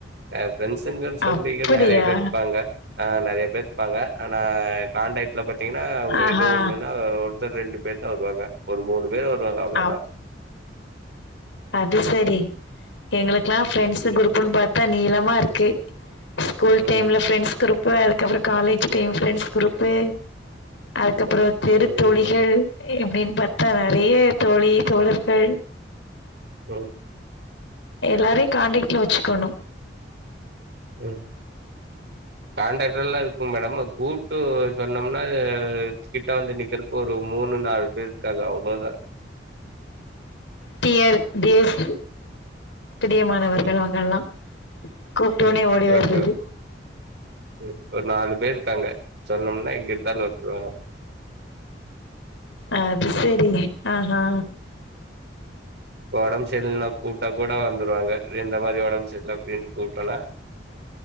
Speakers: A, on the right; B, on the left.
A: அ ஃப்ரெண்டஸுங்கன் சொல்லிக்க
B: அப்படியா?
A: நறைய பேர் இருக்காங்க ஆ நறைய பேர் இருக்காங்க ஆனா கான்டக்ட்ல பாத்தீங்னா
B: ஆஹா!
A: எதோ ஒண்ணுனா ஒருத்த ரெண்டு பேர் தா வருவாங்க ஒரு மூணு பேர் வருவாங்க அவ்ளோதா
B: அப் அது செரி எங்களுக்குல்லா ஃப்ரெண்ட்ஸு க்ரூப்புன் பாத் தா நீளமா இருக்கு ஸ்கூல்
A: ம்
B: டைம்ல ஃப்ரெண்ட்ஸ் க்ரூப் இப்ப அதுக்கப்றொ காலேஜ் டைம் ஃப்ரெண்ட்ஸ் க்ரூப்பு அத் கப்றொ தெருத்
A: ம்
B: தோழிகள் இப்டின் பாத்தா நறைய தோழி தோழர்கள்
A: ம்
B: எல்லாரைய் காண்டக்ட்ல வச்சுக்கணு
A: ம் காண்ட்டாக்ட்லல்லா இருக்கும் மேடம் கூப்ட்டு <unintelligible> கிட்ட வந்து நிக்கிறக் ஒரு மூணு நால் பேர் இருக்காக அவ் ளதா
B: டியர் டியர்ஸ் பிரியமானவர்கள்
A: ம்
B: அவ்ங்கல்லா கூப்டோன்னே
A: ம்
B: ஓடி வர்றது
A: ஓகே ம் ஒரு நாலு பேர் இருக்காங்க சொன்னோம்னா எங்க இருந்தாலு வந்த்ருவாங்க
B: ஆ அது சேரி ஆ ஹா
A: ஒடம் செரில்லனா கூப்ட்டாக் கூட வந் த்ருவாங்க ரே இந்த மாரி ஒடம் ச இல்ல அப்டின்ட்டு கூப்ட்டனா